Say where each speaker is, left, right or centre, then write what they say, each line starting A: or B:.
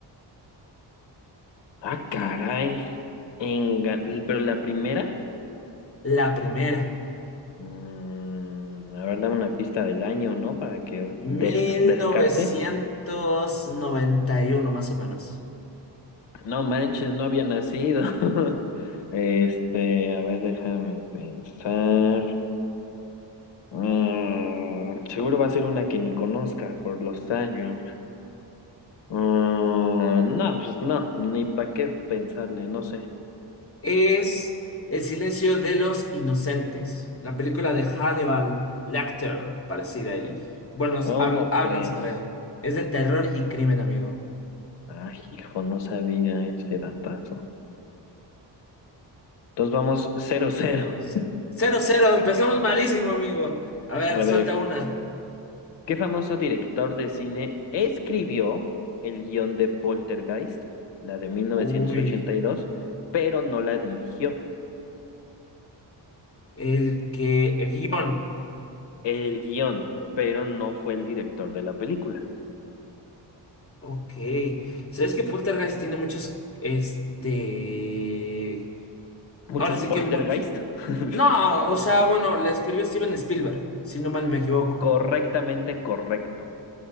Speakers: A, on the left; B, on the left.
A: Ah, caray. Enga- Pero la primera,
B: La primera.
A: mm, a ver, dame una pista del año, ¿no? Para que
B: mil
A: des- descarte.
B: novecientos noventa y uno más o menos.
A: No manches, no había nacido. <laughs> Este, a ver, déjame pensar. Mm, seguro va a ser una que ni conozca por los años. Mm, no, pues no, ni para qué pensarle, no sé.
B: Es El silencio de los inocentes. La película de Hannibal Lecter, parecida ahí. Bueno, s-
A: ¿Cómo
B: habl- hablan
A: crees?
B: sobre él. Es de terror y crimen, amigo.
A: Ay, hijo, no sabía ese datazo. Entonces vamos cero <laughs> cero
B: ¿Cómo crees? 0-0, empezamos malísimo, amigo. A ver,
A: A
B: suelta
A: ver,
B: una.
A: ¿qué famoso director de cine escribió el guión de Poltergeist, la de mil novecientos
B: Uy,
A: ochenta y dos pero no la dirigió?
B: el que... El guión.
A: El guión, pero no fue el director de la película.
B: Ok. ¿Sabes que Poltergeist tiene muchos... Este...
A: Muchos
B: Ahora sí
A: Poltergeist.
B: que mucho...
A: <laughs>
B: No, o sea, bueno, la escribió Steven Spielberg, si no mal me equivoco.
A: Correctamente correcto.